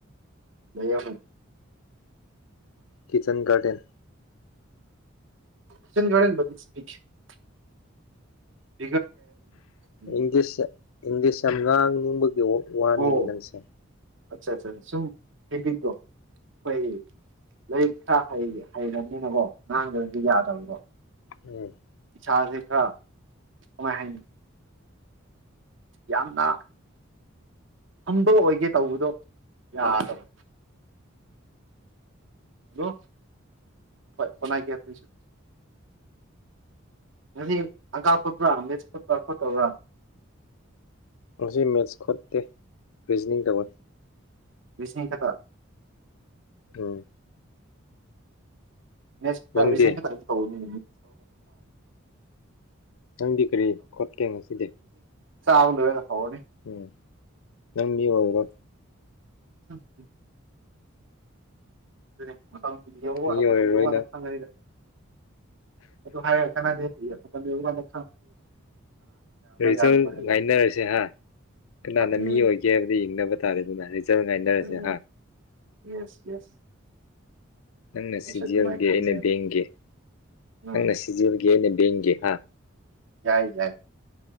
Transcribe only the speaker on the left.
ꯀꯤꯆꯟ ꯒꯥꯔꯗꯦꯟ
ꯏꯟꯗꯤꯁ ꯏꯟꯗꯤꯁ ꯉꯥꯡ ꯅꯤꯡꯤꯡꯕꯨꯑꯣ ꯋꯥꯅꯤꯅ
ꯅꯪꯁꯦ
ꯎꯝ
ꯃꯁꯤ ꯃꯦꯠꯁ ꯈꯣꯠꯇꯦ ꯔꯤꯖꯅꯤꯡ ꯇꯧꯋꯤ
ꯎꯝ
ꯅꯪꯗꯤ
ꯅꯪꯗꯤ ꯀꯔꯤ ꯈꯣꯠꯀꯦ ꯉꯁꯤꯗꯤ
ꯎꯝ ꯅꯪ ꯌꯒ꯭ꯔꯣ
ꯃꯤ ꯑꯣꯏꯔꯔꯣꯏ
ꯅꯪ
ꯔꯤꯖꯜ
ꯉꯥꯏꯅꯔꯁꯦ ꯍꯥ ꯀꯅꯥꯅ
ꯃꯤ ꯑꯣꯏꯒꯦ ꯍꯥꯏꯕꯗ ꯌꯦꯡꯅꯕ ꯇꯥꯔꯦ ꯑꯗꯨꯅ ꯔꯤꯖꯜ ꯉꯥꯏꯅꯔꯁꯦ
ꯍꯥ
ꯅꯪꯅ
ꯁꯤꯖꯤꯦꯜꯒꯤ
ꯑꯩꯅ ꯕꯦꯡꯒꯦ
ꯅꯪ ꯁꯤꯖꯤ ꯂ ꯑꯩ ꯒꯤꯅꯦꯕꯒꯤ ꯍꯥ